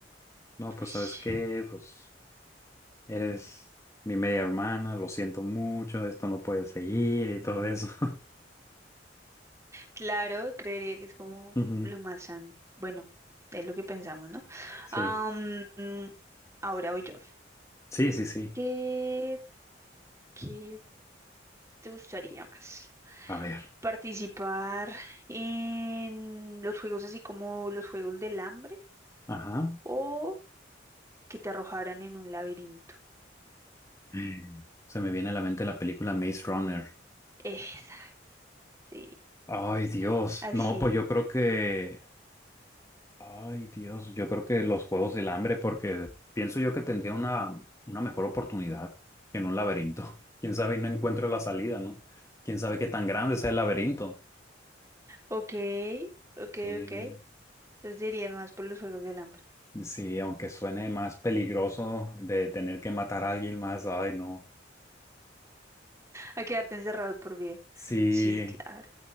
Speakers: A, on the left; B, on the right.
A: No, pues
B: Ush,
A: ¿sabes qué? Pues eres mi media hermana, lo siento mucho, esto no puede seguir y todo eso. <laughs>
B: Claro, creería que es como
A: Ujú,
B: lo más sano. Bueno, es lo que pensamos, ¿no? Am,
A: Sí,
B: mm, ahora voy yo.
A: sí, sí, sí.
B: ¿Qué, qué te gustaría más?
A: A ver,
B: participar en los juegos así como los juegos del hambre
A: ajá.
B: o que te arrojaran en un laberinto.
A: Mm. Se me viene a la mente la película Maze Runner.
B: <laughs> Exacto, sí.
A: Ay, Dios.
B: Así.
A: No, pues yo creo que Ay, Dios, yo creo que los Juegos del Hambre, porque pienso yo que tendría una, una mejor oportunidad que en un laberinto. <laughs> Quién sabe y no encuentro la salida, ¿no? Quién sabe qué tan grande sea el laberinto.
B: Ok, ok,
A: Sí,
B: ok. Entonces dirías más por los juegos del hambre.
A: sí, aunque suene más peligroso de tener que matar a alguien más, ay, no.
B: A quedarte encerrado de por vida.
A: Sí,
B: Sí, claro.